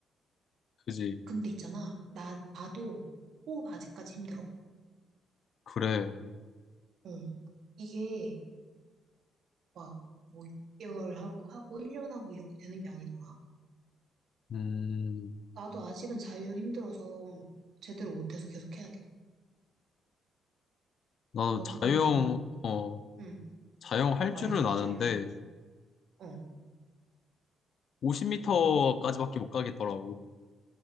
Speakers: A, on the left; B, on the right.
A: 그지?
B: 근데 있잖아. 나, 나도 호흡 아직까지 힘들어.
A: 그래.
B: 응. 이게 막뭐 6개월 하고, 하고 1년 하고 이렇게 되는 게 아니더라.
A: 음,
B: 나도 아직은 자유형 힘들어서 제대로 못해서 계속 해야 돼.
A: 나는
B: 너
A: 자유형,
B: 그러면,
A: 어.
B: 응.
A: 자영할
B: 어, 말해줘,
A: 줄은 아는데
B: 타이어. 어.
A: 50m까지밖에 못 가겠더라고.